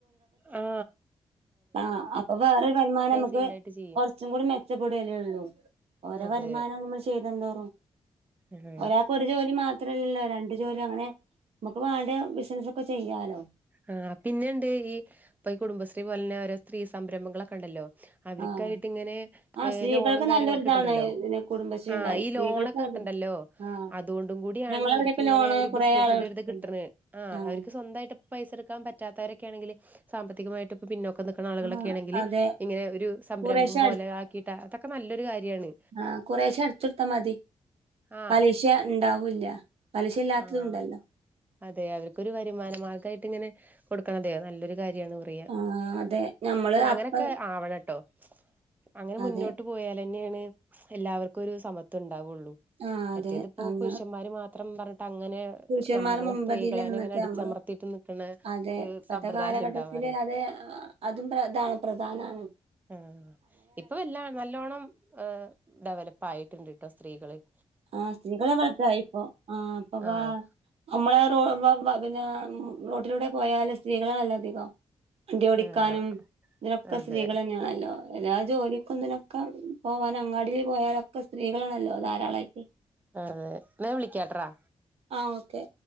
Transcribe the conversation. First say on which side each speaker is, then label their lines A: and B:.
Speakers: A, on the right (about 15°); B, on the right (about 65°).
A: ആ.
B: ആ, അപ്പോ വേറൊരു വരുമാനം നമുക്ക്
A: സൈഡ് ആയിട്ട് ചെയ്യും
B: കുറച്ചും കൂടി മെച്ചപ്പെടലേ ഉള്ളൂ. ഓരോ
A: അതെ
B: വരുമാനവും നമ്മൾ ചെയ്ത എന്തോറും
A: അതെ
B: ഒരാൾക്ക് ഒരു ജോലി മാത്ര അത്രല്ലല്ലോ രണ്ടു ജോലിും അങ്ങനെ നമുക്ക് വാണ്ട ബിസിനസ്സ് ഒക്കെ ചെയ്യാലോ
A: ആ, പിന്നെണ്ട് ഈ ഇപ്പോ ഈ കുടുംബശ്രീ പോലെ ഉള്ള ഓരോ സ്ത്രീ സംരംഭങ്ങളൊക്കെ ഉണ്ടല്ലോ അവർക്കായിട്ട്
B: ആഹ്
A: ഇങ്ങനെ
B: ആഹ് സ്ത്രീകൾക്ക്
A: ലോണും കാര്യങ്ങളൊക്കെ
B: നല്ലൊരിതാണ്
A: കിട്ടണ്ടല്ലോ,
B: ഇതിന് കുടുംബശ്രീ
A: ആ,
B: ഉണ്ടായ
A: ഈ
B: സ്ത്രീകൾക്കാണത്
A: ലോണൊക്കെ കിട്ടണ്ടല്ലോ
B: ആഹ്
A: അതുകൊണ്ടും കൂടിയാണ്
B: ഞങ്ങളവിടെയൊക്കെ
A: അവർക്ക് ഇങ്ങനെ
B: ലോണ്
A: ഒരു
B: കൊറേ
A: ബിസിനസ്സിന്റെ
B: ആള് എടുത്ത്ണ്
A: ഒരിത് കിട്ടണുന്നത് ആ
B: ആഹ്
A: അവർക്ക് സ്വന്തമായിട്ട് പൈസ എടുക്കാൻ പറ്റാത്തവരൊക്കൊണെങ്കിൽ സാമ്പത്തികമായിട്ട് ഇപ്പ പിന്നോക്ക നിൽക്കണആളുകളൊക്കെ
B: ആഹ്
A: ആണെങ്കിൽ
B: അതെ
A: ഇങ്ങനെ ഒരു സംരംഭം
B: കുറേശ്ശെ
A: പോലെ ആക്കിയിട്ട അതൊക്കെ നല്ലൊരു കാര്യമാണ്.
B: ആ, കുറെശേ അടുച്ചടുത്താ മതി.
A: ആഹ്
B: പലിശ ഉണ്ടാവൂല്ല, പലിശ ഇല്ലാത്തതും
A: ആഹ്
B: ഉണ്ടല്ലോ.
A: അതെ അവർക്കൊരു വരുമാന മാർഗ്ഗമായിട്ട് ഇങ്ങനെ കൊടുക്കണത് അതെ നല്ലൊരു കാര്യമാണ്.
B: ആഹ് അതെ ഞമ്മള്
A: അല്ല അങ്ങനെയൊക്കെ
B: അപ്പ
A: ആവണംട്ടോ. അങ്ങനെ
B: അതെ
A: മുന്നോട്ട് പോയാൽ ന്നെയാണ് എല്ലാവർക്കും ഒരു സമത്വം ഉണ്ടാവുള്ളൂ.
B: ആഹ് അതെ
A: മറ്റേതിപ്പോ
B: അങ്ങ്
A: പുരുഷന്മാര് മാത്രം പറഞ്ഞിട്ട് അങ്ങനെ
B: പുരുഷന്മാർ
A: നമ്മളെ
B: മുമ്പതിൽ
A: സ്ത്രീകളേനെ
B: നിന്നിട്ട്
A: അങ്ങനെ അടിച്ചമർത്തിയിട്ട്
B: നമ്മള്
A: നിക്കണ
B: അതെ
A: ഒരു
B: ഇപ്പത്തെ
A: സമ്പ്രദായല്ലേ
B: കാലഘട്ടത്തിൽ
A: ഉണ്ടാവാറ്
B: അത് അതും ഇതാണ് പ്രധാനമാണ്.
A: ആ, ഇപ്പ എല്ലാം നല്ലോണം ഇപ്പം ഡെവലപ്പ ആയിട്ടുണ്ട് കേട്ടോ സ്ത്രീകൾ-
B: ആഹ് ശ്രീകലാപുരത്ത <unintelligible> ഇപ്പൊ ആഹ് അപ്പൊവാ
A: ആഹ്
B: <unintelligible> നമ്മളെ പിന്നെ റോട്ടിലൂടെ പോയല് സ്ത്രീകള നല്ല അധികം. വണ്ടി ഓടിക്കാനും
A: ആഹ്
B: ഇതിലൊക്കെ
A: അതെ
B: സ്ത്രീകൾ തന്നെയാണല്ലോ എല്ലാ ജോലിക്കിക്കെന്നതിനൊക്കെ പോവാൻ അങ്ങാടി പോയാലൊക്കെ സ്ത്രീകളാണല്ലോ ധാരാളമായിട്ട്
A: അതെ ന്നാഞാ വിളിക്ക്യട്ട്റാ
B: ആഹ് ഓക്കെ